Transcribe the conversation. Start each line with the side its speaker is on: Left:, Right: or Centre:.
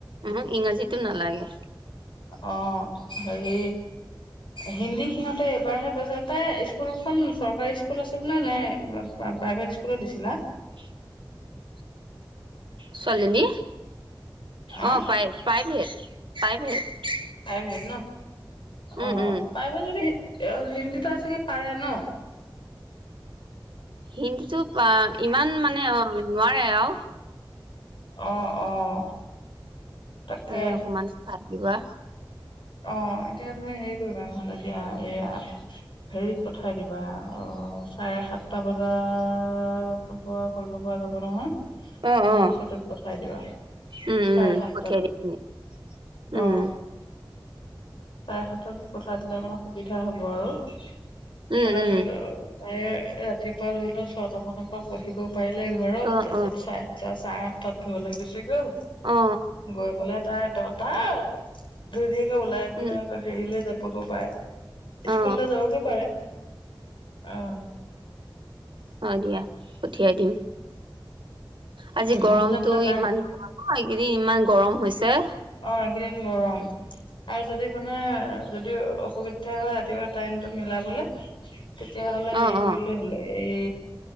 Right: উম ইংৰাজীটো নালাগে
Left: অ হেৰি হিন্দী সিহঁতে এইবাৰহে পাইছে তাই স্কুলখন চৰকাৰী স্কুল আছিলনে নে প্ৰাইভেট স্কুলত দিছিলা
Right: উ <unintelligible> ছোৱালীজনী
Left: অ
Right: অঁ প্ৰাই প্ৰাইভেট প্ৰাইভেট
Left: প্ৰাইভেট ন
Right: উম
Left: অ
Right: উম
Left: প্ৰাইভেট যদি এ হিন্দী তাই ছাগে পাৰে ন
Right: হিন্দীটো বা ইমান মানে অ নোৱাৰে আও
Left: অ অ তাকে
Right: তাই অকণমান ভাত কিবা
Left: অ এতিয়া তুমি হেৰি কৰি কিবা নহ'লে দ এই হেৰিত পঠাই দিবা অ চাৰে সাতটা বজাত পৰা কৰিব পৰা যাব নহয়
Right: অ
Left: উম
Right: অ
Left: সেইটোত পঠাই দিবা
Right: উম
Left: চাৰে
Right: উম
Left: সাতটাটোত
Right: পঠিয়াই দিম উম উম
Left: অ চাৰে সাতটা মানত পঠাই দিলে মানে সুবিধা হব আৰু ইফালে
Right: উম উম উম
Left: এ ৰাতিপুৱা বোলে ছয়টা মানত পঢ়িব পাৰিলে ঘৰত
Right: অ
Left: তাৰপিছত
Right: অ
Left: চাই ছাৰে চাৰেআঠটাত ঘৰলৈ গুচি গ'ল
Right: অ
Left: গৈ পালে তাইৰ দতাত <unintelligible> ওলাই পেলাই
Right: উম
Left: আকৌ হেৰিলে যাব। হব পাৰে।
Right: অ
Left: স্কুললৈ
Right: অ
Left: যাবগেও পাৰে। অহ।
Right: অ দিয়া পঠিয়াই দিম। আজি
Left: নহলে
Right: গৰমতো
Left: বোলে নাই
Right: ইমান নহয় এইকেইদিন। ইমান গৰম হৈছে।
Left: অ এইকেইদিন গৰম আৰু যদি মানে এ যদি অসুবিধা <unintelligible> ৰাতিপুৱা টাইমটো মিলাবলে। তেতিয়া হলে হেৰি
Right: অ অ
Left: কৰিলে <unintelligible> এই